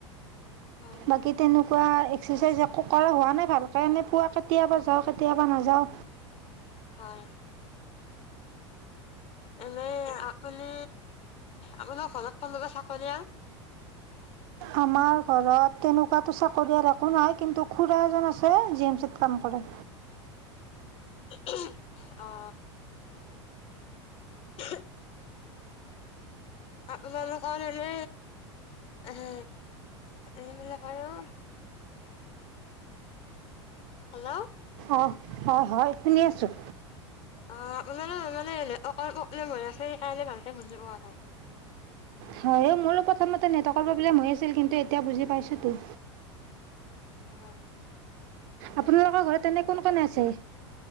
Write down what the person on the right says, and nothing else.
বাকি তেনে পা এক্সাৰচাইজ একো কৰা হোৱা নাই ভালকৈ, এনেই পুৱা কেতিয়াবা যাওঁ কেতিয়াবা নাযাওঁ।
আমাৰ ঘৰত তেনেকুৱাটো চাকৰিয়াল একো নাই কিন্তু খুৰা এজন আছে, জি এম চিত কাম কৰে।
অ হয় হয়। শুনি আছোঁ।
হয় মোৰো প্ৰথমতে নেটকৰ প্ৰব্লেম হৈ আছ কিন্তু এতিয়া বুজি পাইছোতো।
আপোনালোকৰ ঘৰত তেনে কোন কোনে আছে?